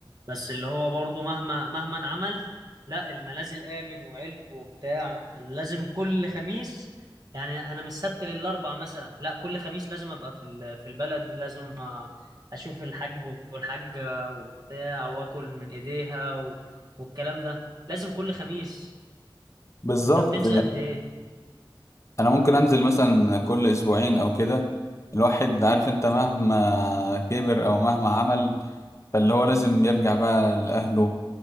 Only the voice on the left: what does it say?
بالظبط
انا ممكن انزل مثلا كل اسبوعين او كده الواحد عارف انت مهما كبر او مهما عمل فاللي هو لازم يرجع بقى لاهله